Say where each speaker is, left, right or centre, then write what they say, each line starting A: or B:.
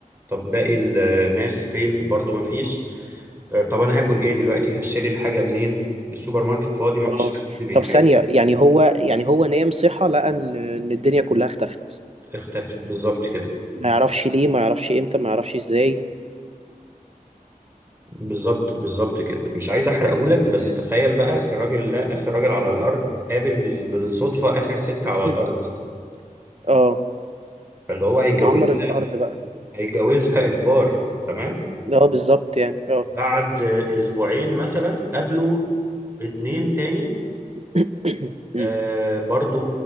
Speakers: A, on the right; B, on the right.
A: طب باقي الناس فين برضو مفيش آه، طب انا هاكل ايه دلوقتي هشتري الحاجة منين السوبر ماركت فاضي مفيش
B: اه
A: حد بيحاسب
B: طب ثانية يعني هو يعني هو نام صحى لقى ان ان الدنيا كلها اختفت
A: اختفت بالظبط كده
B: ما يعرفش ليه ما يعرفش امتى ما يعرفش ازاي
A: بالظبط بالظبط كده مش عايز احرقهولك بس
B: ياه.
A: تخيل بقى الراجل ده اخر راجل على
B: مم.
A: الارض قابل بالصدفه اخر ست على الارض
B: <clears throat> اه
A: فاللي هو هيتجوزها
B: نعمر الارض بقى
A: هيتجوزها اجبار تمام
B: اه بالظبط يعني اه
A: بعد اسبوعين مثلا قابلوا اتنين
B: مم.
A: تاني
B: <clears throat> <coughs> مم.
A: آه برضو